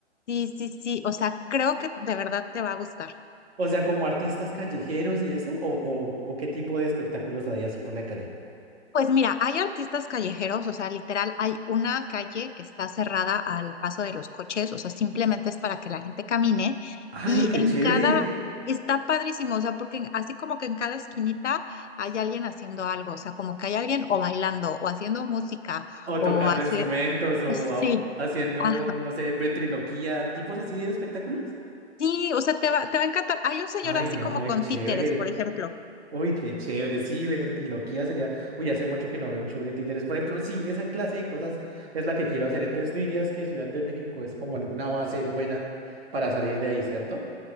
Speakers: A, on the left (about 80°); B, on the right (about 60°).
A: sí, sí, sí. O sea, creo que de verdad te va a gustar.
B: O sea, como artistas callejeros y eso, o, o, o qué tipo de espectáculos había así por la calle.
A: Pues mira, hay artistas callejeros, o sea, literal, hay una calle que está cerrada al paso de los coches, o sea, simplemente es para que la gente camine
B: ¡Ay,
A: y
B: qué
A: en
B: chévere!
A: cada, está padrísimo, o sea, porque en- así como que en cada esquinita hay alguien haciendo algo, o sea, como que hay alguien o bailando o haciendo música
B: O
A: o
B: tocando
A: hacer,
B: instrumentos, o,
A: sí,
B: o haciendo,
A: ajá,
B: no sé, ventriloquía, tipos así de espectáculos.
A: sí, o sea, te va, te va a encantar. Hay un señor
B: Ay,
A: así
B: no,
A: como
B: muy
A: con
B: chévere.
A: títeres, por ejemplo.
B: Uy, qué chévere. Sí, ver en ventriloquía sería. Uy, hace mucho que no veo un show de títeres. Por ejemplo, sí, esa clase de cosas es la que quiero hacer. Entonces, tú dirías que Ciudad de México es como una base buena para salir de ahí, ¿cierto?